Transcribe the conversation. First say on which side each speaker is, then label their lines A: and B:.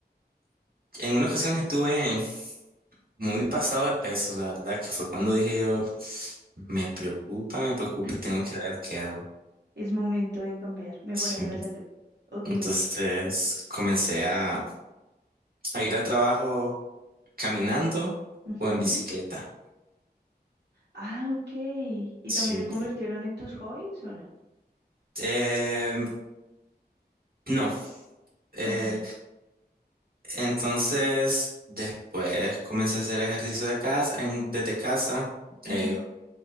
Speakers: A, on the right; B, on the right.
A: en una ocasión estuve muy pasado de peso, la verdad, que fue cuando dije yo, me preocupa, me preocupa
B: <laughs>
A: y tengo que ver qué hago.
B: Es momento de cambiar, mejorar
A: Sí.
B: la salud. Ok.
A: Entonces comencé a, a ir al trabajo caminando
B: ujú.
A: o en bicicleta.
B: Ah, ok. ¿Y
A: Sí.
B: también se convirtieron en tus hobbies o no?
A: Eh, no. Eh,
B: Ok.
A: entonces después comencé a hacer ejercicio de casa, en- desde casa.
B: ujú,
A: Eh,